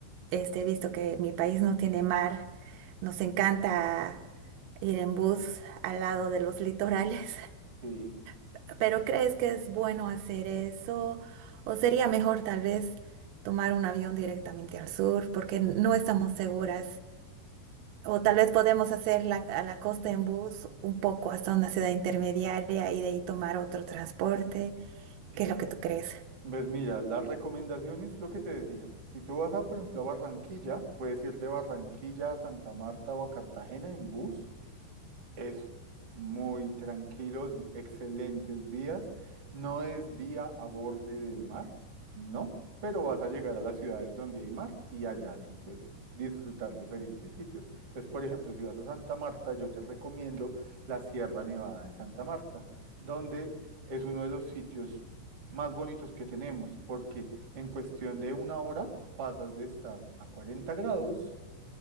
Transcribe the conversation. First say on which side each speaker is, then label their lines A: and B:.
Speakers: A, on the right; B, on the right.
A: este, he visto que mi país no tiene mar. Nos encanta ir en bus al lado de los litorales.
B: Sí.
A: <laughs> Pero ¿crees que es bueno hacer eso? ¿O sería mejor tal vez tomar un avión directamente al sur? Porque no estamos seguras o tal vez podemos hacer la, a la costa en bus un poco hasta una ciudad intermediaria y de ahí tomar otro transporte.
B: Sí.
A: ¿Qué es lo que tú crees?
B: Pues mira, las recomendaciones, lo que te decía, si tú vas a, por ejemplo, a Barranquilla, puedes ir de Barranquilla a Santa Marta o a Cartagena en bus. Es muy tranquilo, es excelentes vías. No es vía a borde del mar, no, pero vas a llegar a las ciudades donde hay mar y allá sí, pues disfrutar diferentes sitios. Entonces, por ejemplo, si vas a Santa Marta, yo te recomiendo la Sierra Nevada de Santa Marta, donde es uno de los sitios más bonitos que tenemos, porque en cuestión de una hora pasas de estar a 40 grados,